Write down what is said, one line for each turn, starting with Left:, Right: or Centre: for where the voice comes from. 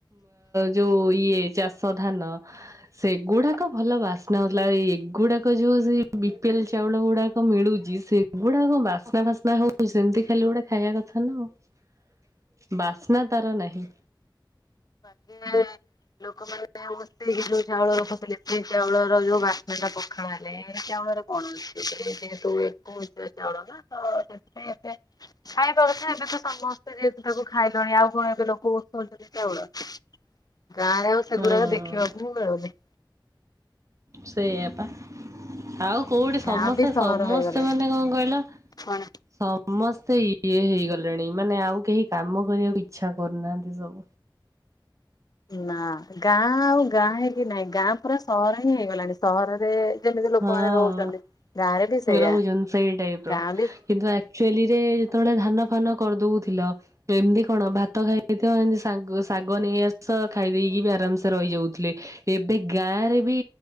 Right: ଯୋଉ ଇଏ ଚାଷ ଧାନ ସେଗୁଡାକ ଭଲ ବାସ୍ନା ହେଉଥିଲା। ଏଗୁଡାକ ଯୋଉ ସେ ବିପିଏଲ୍ ଚାଉଳ ଗୁଡାକ ମିଳୁ ଯେ ସେଗୁଡା କଣ ବାସ୍ନା ଫାସ୍ନା ହଉଛି ସେମିତି ଖାଲି ଗୋଟେ ଖାଇବା କଥା ନା ଆଉ ବାସ୍ନା ତାର ନାହିଁ।
Left: ହୁଁ <unintelligible> ଏଇ ଯୋଉ ଚାଉଳ ରଖୁଥିଲେ ସେଇ ଚାଉଳର ଯୋଉବାସ୍ନା ଟା ପଖାଳ ହେଲେ ଏ ଚାଉଳରେ କଣ ଅଛି ଯେହେତୁ ଚାଉଳ ତ ସେଥିପାଇଁ ଏବେ ଖାଇବା କଥା ଏବେ ତ ସମସ୍ତେ ଯେହେତୁ ତାକୁ ଖାଇଲଣି ଆଉ କଣ ଏବେ ଲୋକ <unintelligible> ଚାଉଳ। ଗାଁରେ ଆଉ ସେଗୁଡାକ
Right: ହୁଁ
Left: ଦେଖି ଖି ବାକୁ ମିଳୁନି।
Right: ସେଇଆପା ଆଉ କୋଉଠି ସମସ୍ତେ
Left: ଗାଁ ବି ସହର
Right: ସମସ୍ତେ
Left: ହେଇଗଲାଣି
Right: ମାନେ କଣ କହିଲ?
Left: କଣ
Right: ସମସ୍ତେ ଇଏ ହେଇଗଲେଣି ମାନେ ଆଉ କେହି କାମ କରିବାକୁ ଇଚ୍ଛା କରୁନାହାନ୍ତି ସବୁ।
Left: ନା ଗାଁ ଆଉ ଗାଁ ହେଇକି ନାହିଁ ଗାଁ ପୁରା ସହର ହିଁ ହେଇଗଲାଣି। ସହରରେ ଯେମିତି ଲୋକମାନେ
Right: ହଁ
Left: ରହୁଛନ୍ତି ଗାଁରେ ବି ସେଇଆ
Right: ରହୁଛନ୍ତି ସେଇ ଟାଇପ୍ ର
Left: ଗାଁ ବି
Right: କିନ୍ତୁ ଆକ୍ଚୁଲିରେ ଯେତେବେଳେ ଧାନ ଫାନ କରିଦଉଥିଲ ଏମିତି କଣ ଭାତ ଖାଇଦଉଥିବ ଏମତି ଶାଗ ଶାଗ ନେଇଆସ ଖାଇଦେଇକି ବି ଆରାମସେ ରହିଯାଉଥିଲେ । ଏବେ ଗାଁ ରେ ବି